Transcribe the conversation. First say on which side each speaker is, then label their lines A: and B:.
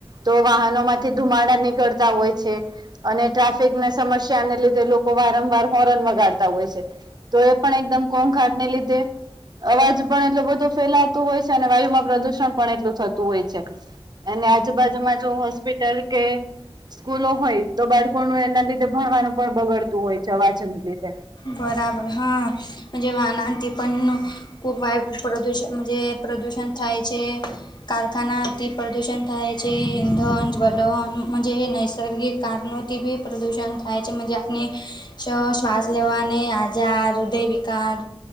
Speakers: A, on the right; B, on the left.
A: તો વાહનો માંથી ધુમાડા નીકળતા હોય છે. અને ટ્રાફિકને સમસ્યાને લીધે લોકો વારંવાર હોર્ન વગાડતા હોય છે. તો એ પણ એકદમ કોઘાટ ને લીધે અવાજ પણ એટલો બધો ફેલા. તો હોય છે ને અને વાયુમાં પ્રદુષણ પણ એટલું થતું હોય છે. અને આજુબાજુમાં જો હોસ્પિટલ કે. સ્કૂલો હોય તો બાળકોનું એના લીધે ભણવાનું પણ બગડતું હોય છે અવાજન લીધે.
B: બરાબર હાજે વાનાથી પણ નો. ખુબ વાય પ્રદુષણ જે પ્રદૂષણ થાય છે. કારખાના અતિ પ્રદૂષણ થાય છે ઈંધન જવલનજ નૈસર્ગિક કારણો. ટીબી પ્રદૂષણ થાય છે મજાની શ શ્વાસ. લેવાને આજાર હૃદય વિકાર.